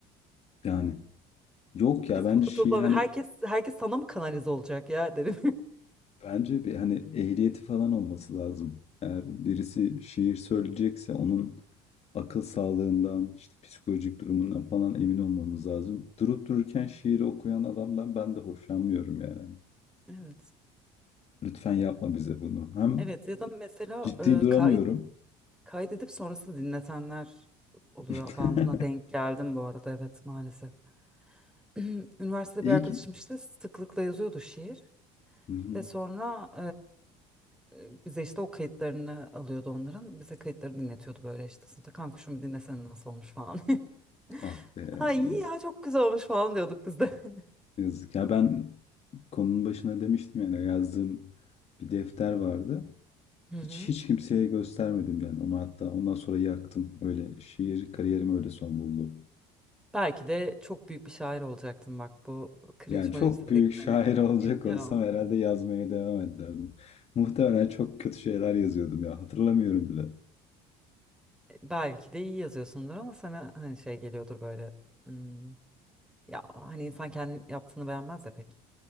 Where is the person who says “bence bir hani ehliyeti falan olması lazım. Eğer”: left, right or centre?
Left